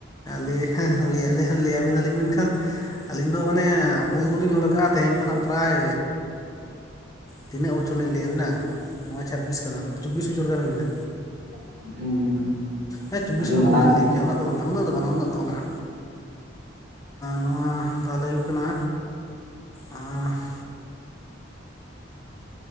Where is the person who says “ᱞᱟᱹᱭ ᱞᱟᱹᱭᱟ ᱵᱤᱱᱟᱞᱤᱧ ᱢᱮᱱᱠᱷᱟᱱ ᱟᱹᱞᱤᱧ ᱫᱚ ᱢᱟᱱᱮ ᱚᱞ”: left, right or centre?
Left